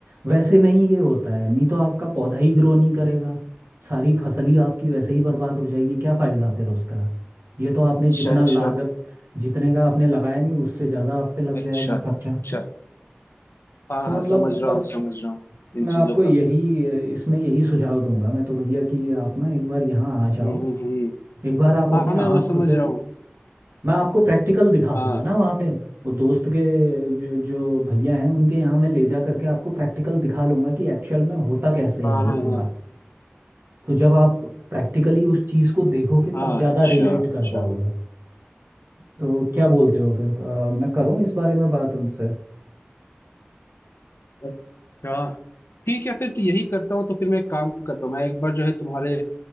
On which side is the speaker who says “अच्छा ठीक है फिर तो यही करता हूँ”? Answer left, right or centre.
Left